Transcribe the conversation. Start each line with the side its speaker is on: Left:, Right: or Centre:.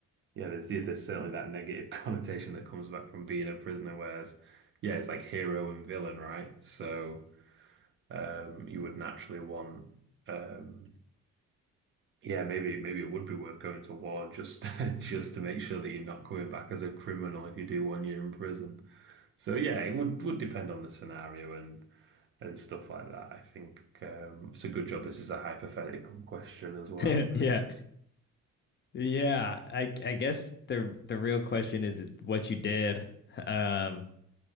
Right: yeah, there's yeah, there's certainly that negative <laughs> connotation that comes back from being a prisoner. Whereas, yeah, it's like hero and villain, right? So um, you would naturally want um, yeah, maybe maybe it would be worth going to war just <laughs> just to make sure that you're not coming back as a criminal if you do one year in prison. So yeah, it would would depend on the scenario and and stuff like that. I think um, it's a good job. This is a hypothetical question as well.
Left: <laughs> Yeah. Yeah, I I guess the the real question is what you did. Um,